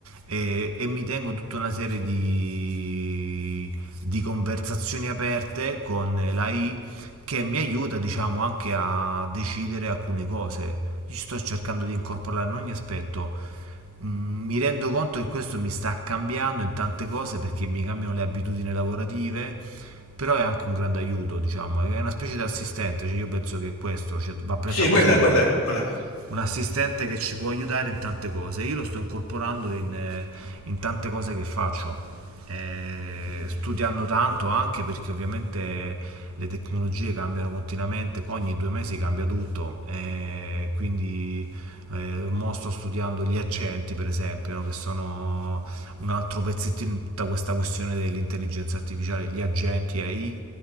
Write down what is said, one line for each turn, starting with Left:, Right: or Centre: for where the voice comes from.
Right: e, e mi tengo tutta una serie di, di conversazioni aperte con l'AI che mi aiuta, diciamo, anche a decidere alcune cose. Io sto cercando di incorporarlo in ogni aspetto. Mm, Mi rendo conto che questo mi sta cambiando in tante cose perché mi cambiano le abitudini lavorative, però è anche un grande aiuto, diciamo, è una specie di assistente, cioè io penso che questo, cioè, va presa
Left: Sì,
Right: così
Left: quello è, quello è, quello è.
Right: un assistente che ci può aiutare in tante cose. Io lo sto incorporando in, eh, in tante cose che faccio, eh, studiando tanto anche perché ovviamente le tecnologie cambiano continuamente, qua ogni due mesi cambia tutto, eh, quindi eh, mo sto studiando gli agenti per esempio, no, che sono un altro pezzettino in tutta questa questione dell'intelligenza artificiale, gli agenti AI